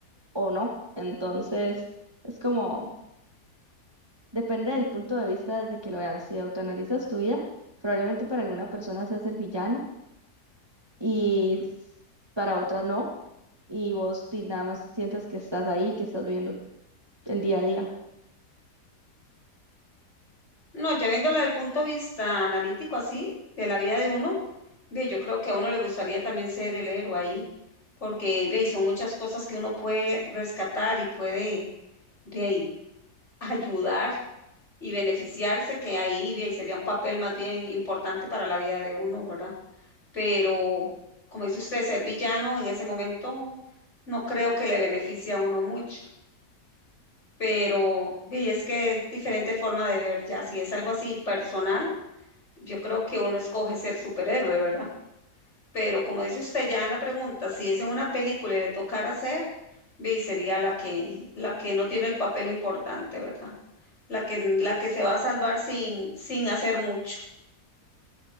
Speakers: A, on the right; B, on the left.
A: o no. Entonces, es como, depende del punto de vista desde que lo vean. Si autoanalizas tu vida, probablemente para alguna persona seas el villano y s- para otra no. Y vos di, nada más sientes que estás ahí, que estás viviendo el día a día.
B: No, ya viéndola desde el punto de vista analítico así, de la vida de uno, ve, yo creo que a uno le gustaría también ser el héroe ahí, porque ve, son muchas cosas que uno puede rescatar y puede ve, ahí, ayudar y beneficiarse, que ahí ve, ahí sería un papel más bien importante para la vida de uno, ¿verdad? Pero, como dice usted, ser villano en ese momento no creo que le beneficie a uno mucho. pero ve, es que es diferente forma de ver ya. Si es algo así personal, yo creo que uno escoge ser superhéroe, ¿verdad? Pero como dice usted ya en la pregunta, si es en una película y le tocara ser, ve, sería la que, la que no tiene el papel importante, ¿verdad? La que, la que se va a salvar sin, sin hacer mucho.